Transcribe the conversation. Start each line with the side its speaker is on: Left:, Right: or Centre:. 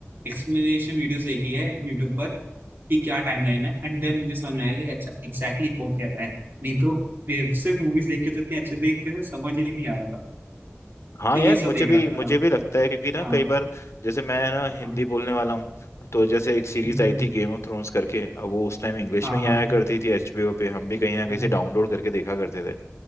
Right: एक्सप्लेनेशन वीडियोस देखी है यूट्यूब पर कि क्या टाइमलाइन है एंड देन मुझे समझ में आया कि अच्छा एग्जैक्टली वो कह रहा है नहीं तो वे- सिर्फ मूवीज देख के तो इतनी अच्छे तरीके से समझ ही नहीं आ रहा था
Left: हाँ
Right: तो ये
Left: यार
Right: सब
Left: मुझे
Right: देख
Left: भी
Right: रखा
Left: मुझे
Right: था
Left: भी लगता है क्योंकि ना
Right: हाँ
Left: कई बार जैसे मैं ना हिंदी
Right: हाँ
Left: बोलने वाला हूँ तो जैसे एक सीरीज
Right: हम्म,
Left: आई
Right: हम्म,
Left: थी गेम ऑफ थ्रोन्स करके अब वो उस टाइम इंग्लिश
Right: हाँ
Left: में ही
Right: हाँ
Left: आया करती थी एचबीओ पे हम भी कहीं ना
Right: हाँ
Left: कहीं से
Right: हाँ
Left: डाउनलोड करके देखा करते थे